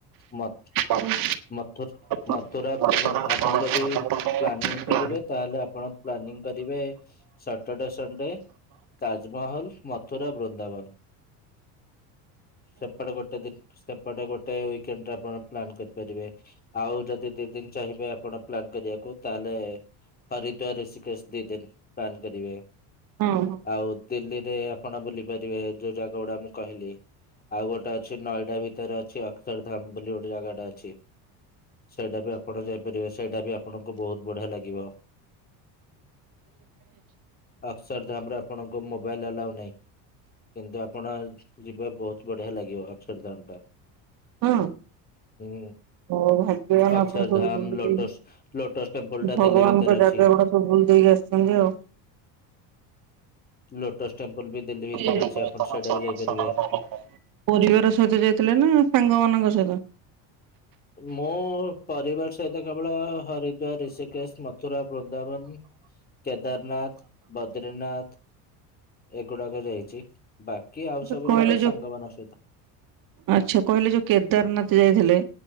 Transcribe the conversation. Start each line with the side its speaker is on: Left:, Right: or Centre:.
Left: ମତ
Right: ଆଚ୍ଛା
Left: ମଥୁରୁ
Right: ହଁ
Left: ମଥୁରା
Right: ହଁ ହଁ।
Left: ଆପଣ
Right: ହଉ ହଁ
Left: ଯଦି
Right: ହଉ
Left: ପ୍ଲାନିଂ
Right: ଭାଗ୍ୟବାନ
Left: କରିବେ ତାହେଲେ ଆପଣ ପ୍ଲାନିଂ କରିବେ ସଟରଡେ ସଣ୍ଡେ ତାଜମହଲ ମଥୁରା ବୃ ଦାବର ସେପଟେ ଗୋଟେ ଦିନି ସେପଟ ଗୋଟେ ୱିକ୍ ଣ୍ଡ ବର ପ୍ଲାନ୍ କରିପାରିବେ ଆଉ ଯଦି ଦି ଦିନ ଚାହିଁବେ ବଡ଼ ପ୍ଲାନ୍ କରିବାକୁ ତାହେଲେ ହରିଦ୍ଵାର ଷିକ୍ରିସି ଦିନି ଦିନି ପ୍ଲାନ୍ କରିବେ।
Right: ହଁ ହ।
Left: ଆଉ ଦିଲ୍ଲୀରେ ଆପଣ ବୁଲି ପାରିବେ ଯୋଉ ଜାଗା ଗୁଡା ମୁଁ କହିଲି ଆଉ ଗୋଟେ ଅଛି ନଏଡା ଭି ଭିତରେ ଅଛି ଅକ୍ଷର ଧାମ ବୋଲି ଜାଗାଟେ ଅଛି। ସେଇଟା ବି ଆପଣ ଯାଇପାରିବେ ସେଇଟା ବି ଆପଣଙ୍କୁ ବହୁତ ବଢିଆ ଲାଗିବ। ଅସର ଧାମ ରେ ଆପଣଙ୍କ ମୋବାଇଲି ଆଲାଉ ନାଇଁ କିନ୍ତୁ ଆପଣ ଯିବେ ବହୁତୁ ବଢିଆ ଲାଗିବ ଅକ୍ଷର ଧାମ ଟା।
Right: ହଁ?
Left: ହୁଁ।
Right: ଓ ଭାଗ୍ୟବାନ
Left: ଅକ୍ଷରଧାମ
Right: ଆପଣ ସବୁ ବୁଲୁଦେଇ
Left: ଲୋଟସ୍ ଲୋଟସ୍ ଟେମ୍ପଲ ଟା
Right: ଭଗବାନଙ୍କ
Left: ଦିଲ୍ଲୀ ଭିତରେ
Right: ଜାଗା
Left: ଅଛି।
Right: ଗୁଡା ସବୁ ବୁଲୁଦେଇ କି ଆସିଛନ୍ତି ଆଉ।
Left: ଲୋଟସ୍ ଟେମ୍ପଲ ବି ଦିଲ୍ଲୀ ଭିତରେ
Right: <unintelligible>
Left: ଅଛି ଆପଣ ସେଇଟା ବି ଯାଇପାରିବେ।
Right: ପରିବାର ସହିତ ଯାଇଥିଲେ ନା, ସାଙ୍ଗ ମାନଙ୍କ ସହିତ?
Left: ମୁଁ ପରିବାର ସହିତ କେବଳ ହରିଦ୍ୱାର, ଋଷିକେଶ, ମଥୁରା, ବୃନ୍ଦାବନ କେଦାରନାଥ, ବଦ୍ରିନାଥ, ଏଗୁଡାକ ଯାଇଛି। ବାକି ଆଉ ସବୁ
Right: ସେ କହିଲେ
Left: ଜାଗା
Right: ଯୋଉ,
Left: ସାଙ୍ଗମାନଙ୍କ ସହିତ
Right: ଆଚ୍ଛା କହିଲେ ଯୋଉ କେଦାରନାଥ ଯାଇଥିଲେ।